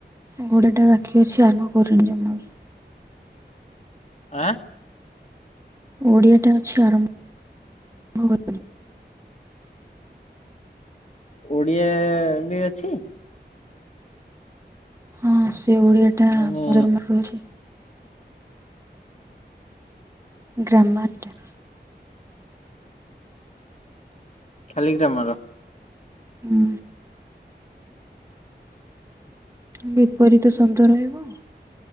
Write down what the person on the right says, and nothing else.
ଘୋଡ଼ାଟା ବାକି ଅଛି ଆରମ୍ଭ କରୁନି ଜମାରୁ।
ଓଡିଆଟା ଅଛି ଆରମ୍ଭ କରି
ହଁ ସେ ଓଡିଆ ଟା
ପନ୍ଦର ମାର୍କରୁ ଅଛି। ଗ୍ରାମରଟା।
ହୁଁ। ବିପରୀତ ସନ୍ଦ ରହିବ